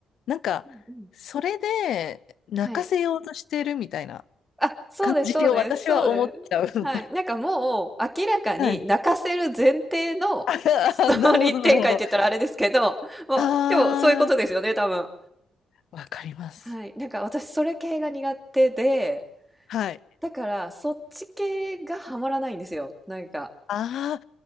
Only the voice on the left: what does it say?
なんか、
それで泣かせようとしてるみたいな
感じを私は思っちゃう。
<laughs>
はい。<laughs> あなるほど、なるほど。
あ
<laughs>
あ、わかります。
はい。
あ